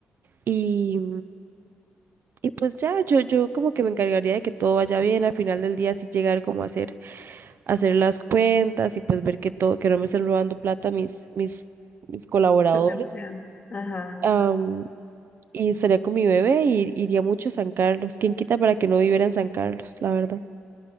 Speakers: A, on the right; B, on the left.
A: Y, y pues ya, yo, yo como que me encargaría de que todo vaya bien. Al final del día sí llegar como a hacer hacer las cuentas y pues ver que todo, que no me estén robando plata mis, mis, mis colaboradores.
B: Los empleados. Ajá,
A: Am, y estaría con mi bebé y iría mucho a San Carlos. ¿Quién quita para que no viviera en San Carlos? La verdad.